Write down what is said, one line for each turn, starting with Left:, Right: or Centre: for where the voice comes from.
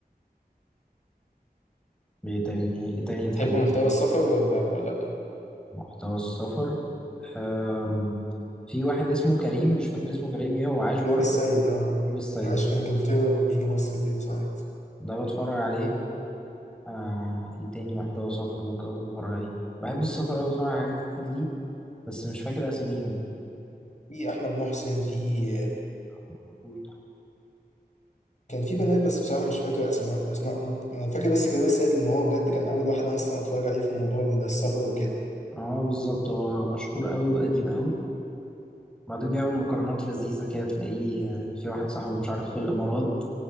Centre: ايه تاني ايه تاني تحب
Left: تحب محتوى السفر ولا لأ؟
Centre: محتوى السفر أم... في واحد اسمه كريم مش فاكر اسمه كريم ايه هو عايش بره
Left: يومي السيد اه
Centre: كريم الصياد
Left: اللي عايش في انجلترا وبيجي مصر كده ساعات
Centre: ده بتفرج عليه آه... ايه تاني محتوى سفر ممكن اكون بتفرج عليه بحب السفر اوي بتفرج على حاجات كتير ليه بس مش فاكر اساميهم
Left: في احمد محسن في
Centre: معرفوش ده.
Left: كان في بنات بس بصراحه مش فاكر اسماء اسمائهم انا فاكر بس كريم السيد لان هو بجد كان اول واحد انا اصلا اتفرج عليه في موضوع السفر وكده
Centre: اه بالظبط هو مشهور اوي وقديم اوي بعدين بيعمل مقارنات لذيذة كده تلاقيه آه، في واحد صاحبه مش عارف في الإمارات